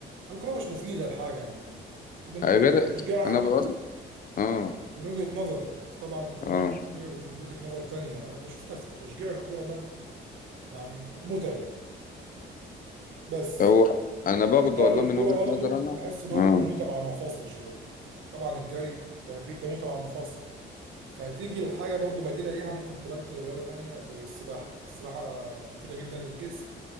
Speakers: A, on the right; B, on the left.
A: الكورة مش مفيدة لحاجة يعني طب ان
B: أي
A: إنك
B: غير
A: تشجعها
B: انا بقول اه
A: من وجهة نظري طبعا انت ممكن
B: اه
A: تجي- من وجهة نظر تانية انا شفتها في تشجيع الكورة ده يعني متعب بس
B: هو انا باخد
A: لعب
B: والله
A: الكوره
B: من وجهة
A: برضه
B: نظر انا
A: بحس ان هو
B: اه
A: بيكون متعب على المفاصل شويه طبعا الجري التهبيط ده متعب على المفاصل فهتيجي الحاجه برضه بديله ليها ممكن تبدل رياضه تانية زي السباحه السباحه مفيده جدا للجسم